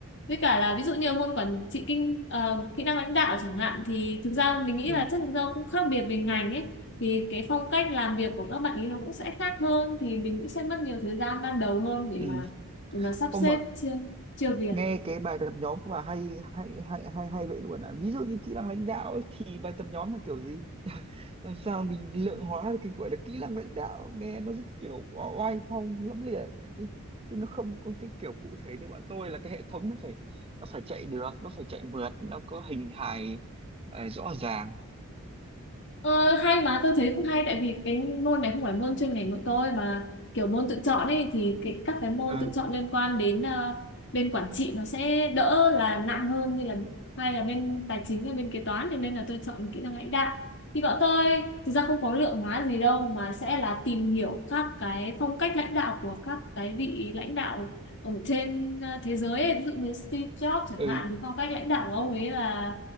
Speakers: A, on the left; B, on the right.
A: với cả là ví dụ như môn quản trị kinh ờ, kỹ năng lãnh đạo chẳng hạn thì thực ra mình nghĩ
B: ừ
A: là chắc thực ra cũng khác biệt về ngành ấy thì cái phong cách làm việc của các bạn ấy nó cũng sẽ khác hơn thì mình cũng sẽ mất nhiều thời gian ban đầu hơn để
B: ừ
A: mà để mà sắp
B: không
A: xếp
B: mà
A: chia chia việc
B: nghe cái bài tập nhóm của bà hay hay hay hay hay vậy luôn à ví dụ như kỹ năng lãnh đạo ấy, thì bài tập nhóm là kiểu gì <laughs> làm sao mình lượng hóa được cái gọi là kỹ năng lãnh đạo nghe nó rất kiểu oai phong lẫm liệt ý. chứ nó không có cái kiểu cụ thể như bọn tôi là cái hệ thống nó phải nó phải chạy được nó phải chạy mượt nó có hình hài ờ, rõ ràng
A: Ờ, hay mà tôi thấy cũng hay tại vì cái môn này không phải môn chuyên ngành của tôi mà kiểu môn tự chọn ấy thì cái các cái môn
B: ừ
A: tự chọn liên quan đến ờ, bên quản trị nó sẽ đỡ là nặng hơn như là hay là bên tài chính hay bên kế toán thì nên là tôi chọn kỹ năng lãnh đạo thì bọn tôi thực ra không có lượng hóa gì đâu mà sẽ là tìm hiểu các cái phong cách lãnh đạo của các cái vị lãnh đạo ở trên ờ, thế giới ấy. Ví dụ như Steve Jobs chẳng
B: ừ
A: hạn thì phong cách lãnh đạo của ông ấy là